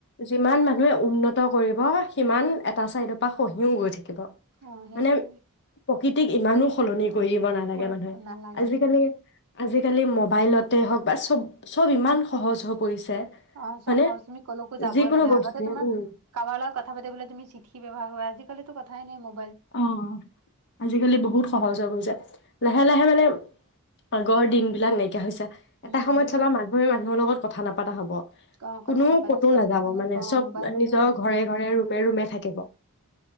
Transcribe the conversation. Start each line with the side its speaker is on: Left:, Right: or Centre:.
Left: যিমান মানে মানুহে উন্নত কৰিব সিমান এটা ছাইডৰ পৰা খঁহিও গৈ থাকে। কিবা
Right: অ সেইটোয়ে
Left: মানে প্ৰকৃত কি ইমানো সলনি কৰিব নালাগে
Right: কৰিব
Left: মানে।
Right: নালাগে
Left: আজিকালি
Right: নালাগে।
Left: আজিকালি ম'বাইলতে হওক বা চব চব ইমান সহজ হৈ পৰিছে।
Right: অ' চব
Left: হয়নে
Right: সহজ তুমি ক'লৈকো যাব
Left: যিকোনো
Right: নালে
Left: বস্তুৱে
Right: আগতে তোমাৰ
Left: উম
Right: কাৰোবাৰ লগত কথা পাতিবলে তুমি চিঠি ব্যৱহাৰ কৰা আজিকালিতো ক ঠাই ম
Left: অ' আজিকালি বহুত সহজ হৈ গৈছে। লাহে লাহে মানে আগৰ দিন বিলাক নাইকিয়া হৈছে।
Right: উম
Left: এটা সময়ত চবা মানুহে মানুহৰ লগত কথা নপতা হ'ব।
Right: অ কথা
Left: কোনো
Right: নাপাতা
Left: কতো
Right: চব
Left: নাযাব মানে
Right: অ
Left: চব
Right: মোবাইলতে
Left: নিজৰ
Right: হৈ যাব
Left: ঘৰে ঘৰে ৰুমে ৰুমে থাকিব।